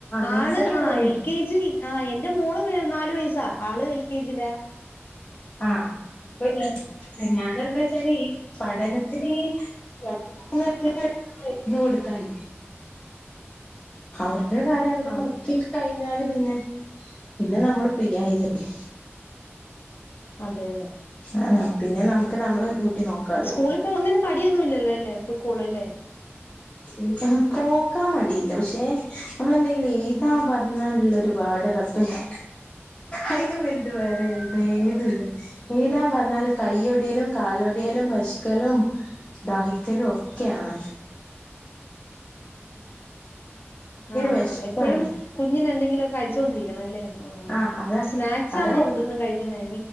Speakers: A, on the left (about 25°); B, on the left (about 55°).
A: നഴ്സറി
B: ആള് ആ
A: പോകുന്നു
B: എൽ കെ ജി ആ എന്റെ മോള് നാല് വയസ് അ ആള് എൽക്കതിലാ
A: ആഹ് പ്പഞ്ഞാ ഞാന എന്താ വെച്ചാല് ഈപഠനത്തി നിഇ <unintelligible> മരുന്ന് കൊടുക്കാല്ല അവര് ന്ത്രകാലം അവരെ
B: ആ
A: നോക്കി കഴിഞ്ഞാലും പിന്നെ പിന്നെ നമ്മൾ ഫ്രീ ആയില്ലേടി
B: അതെ അതെ
A: ആഹ പിന്നെ നമുക്ക് നമ്മളെ
B: ഉ
A: ഡ്യൂട്ടി നോക്കാലോ
B: സ്കൂളിൽ പോകുന്നതിന് മടിയൊന്നുംല്ലല്ലോ ല്ലെ ല്ലേ പ്പ കൊളില്ലേ
A: ന്താ പോകാൻ മടിയില്ല പക്ഷെ നമ്മളെന്തെങ്കിലും എഴുതാ പറഞ്ഞാലുള്ള ഒരുപാട്റബേഹ് അയ്ല വലുത് വേറെനു എയ്ത് എയ്താ പറഞ്ഞാൽ കയ്യൊടേലും കാലൊടേലും വെശക്കലും ദാഹിക്കലും ഒ ക്കെയാണ്
B: <unintelligible> ആഹ
A: വെശ്പ്പാണ്
B: എപ്പോഴും കുഞ്ഞിന എന്തെങ്കിലും കഴിച്ചോണ്ടിരിക്കും നല്ലണ് ഉ
A: ആ അതാ
B: സ്നാക്സ്
A: അതായ
B: ആണോ കൂടുതലും കഴിക്കുന്നെ